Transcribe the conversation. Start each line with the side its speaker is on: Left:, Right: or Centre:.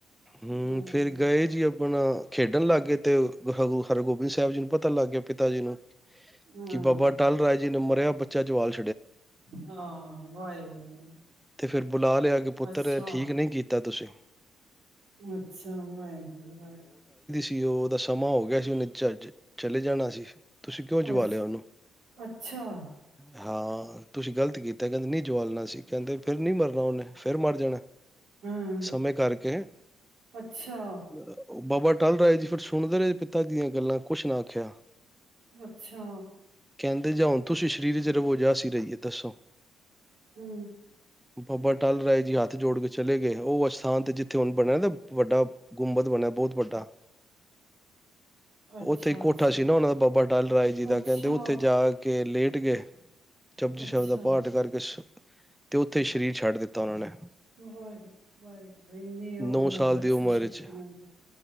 Centre: ਹੂੰ,
Right: ਹਾਂ,
Centre: ਫੇਰ ਗਏ ਜੀ ਆਪਣਾ ਖੇਡਣ ਲੱਗ ਗਏ ਤੇ <unintelligible> ਹਰ ਗੋਬਿੰਦ ਸਾਹਿਬ ਜੀ ਨੂੰ ਪਤਾੱ ਲੱਗ ਗਿਆ ਜੀ ਨੂੰ
Right: ਹਾਂ,
Centre: ਕਿ ਬਾਬਾ ਅਟਲ ਰਾਏ ਜਿਹਨੂੰ ਮਰਿਆ ਬੱਚਾ ਜਵਾਲ
Right: ਹਾਂ ਵਾਹਿਗੁਰੂ
Centre: ਤੇ ਫਿਰ ਬੁਲਾ ਲਿਆ ਕਿ ਪੁੱਤਰ
Right: ਅੱਛਾ।
Centre: ਠੀਕ ਨਹੀਂ ਕੀਤਾ ਤੁਸੀਂ।
Right: ਅੱਛਾ ਵਾਹਿਗੁਰੂ ਵਾਹਿ
Centre: ਕਿ ਉਹ ਉਹਦਾ ਸਮਾਂ ਹੋ ਗਿਆ ਸੀ, ਉਹਨੇ ਝੱਜ ਚਲੇ ਜਾਣਾ ਸੀ। ਤੁਸੀਂ ਕਿਉਂ ਜਵਾ
Right: ਅੱਛ-ਅੱਛਾ।
Centre: ਲਿਆ ਉਹਨੂੰ ਹਾਂ। ਤੁਸੀਂ ਗਲਤ ਕੀਤਾ ਕਹਿੰਦੇ ਨਹੀਂ ਜਵਾਲਨਾ ਸੀਂ ਕਹਿੰਦੇ ਫੇਰ ਨੀ ਮਰਨਾ ਉਹਨੇ, ਫੇਰ ਮਰ ਜਾਣਾ ਐ।
Right: ਹੂੰ
Centre: ਸਮੇਂ ਕਰਕੇ
Right: ਅੱਛਾ।
Centre: ਅਹ, ਬਾਬਾ ਅਟਲ ਰਾਏ ਜੀ ਫਿਰ ਸੁਣਦੇ ਰਹੇ ਪਿਤਾ ਦੀਆਂ ਗੱਲਾਂ ਕੁਛ ਨਾ ਆਖਿਆ।
Right: ਅੱਛਾ।
Centre: ਕਹਿੰਦੇ ਜਾ ਹੁਣ ਤੁਸੀਂ ਸਰੀਰ ਚ ਰਹੋ ਜਾ ਅਸੀ ਰਹੀਏ ਦੱਸੋ।
Right: ਹੂੰ।
Centre: ਬਾਬਾ ਅਟਲ ਰਾਏ ਜੀ ਹੱਥ ਜੋੜ ਕੇ ਚਲੇ ਗਏ, ਉਹ ਅਸਥਾਨ ਤੇ ਜਿੱਥੇ ਹੁਨ ਬਣਿਆ <unintelligible> ਵੱਡਾ ਗੁੰਬਦ ਬਣਿਆ ਬਹੁਤ ਵੱਡਾ।
Right: ਅੱਛਾ,
Centre: ਉੱਥੇ ਕੋਠਾ
Right: ਅੱਛਾ,
Centre: ਸੀ ਨਾ ਉਹਨਾਂ ਦਾ ਬਾਬਾ ਅਟੱਲ ਰਾਏ ਜੀ
Right: ਅੱਛਾ,
Centre: ਦਾ ਕਹਿੰਦੇ ਉੱਥੇ ਜਾ ਕੇ ਲੇਟ ਗਏ ਜਪੁਜੀ
Right: ਅੱਛਾ
Centre: ਸਾਹਿਬ ਦਾ ਪਾਠ ਕਰਕੇ ਸੋ ਤੇ ਉੱਥੇ ਸਰੀਰ ਛੱਡ ਦਿੱਤਾ ਉਹਨਾਂ ਨੇ
Right: ਵਾਹਿਗੁਰੂ ਵਾਹਿਗੁਰੂ ਇੰਨੇ ਉਹ
Centre: ਨੌ
Right: ਮਾਲਕ
Centre: ਸਾਲ ਦੀ ਉਮਰ
Right: ਸੀ ਸ਼ਕਤੀਆਂ
Centre: ਵਿੱਚ
Right: ਦੇ